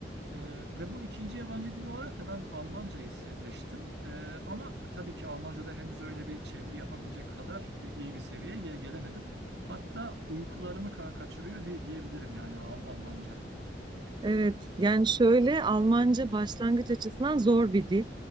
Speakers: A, on the right; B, on the right.
A: Ee, ve bu ikinci yabancı dil olarak da ben Almancayı se- seçtim. Ee, ama tabii ki Almanca'da henüz öyle bir çeviri yapabilecek kadar e, iyi bir seviyeye ge- gelemedim. Hatta uykularımı ka- kaçırıyor diye diyebilirim yani Al- Almanca.
B: Evet, yani şöyle Almanca başlangıç açısından zor bir dil.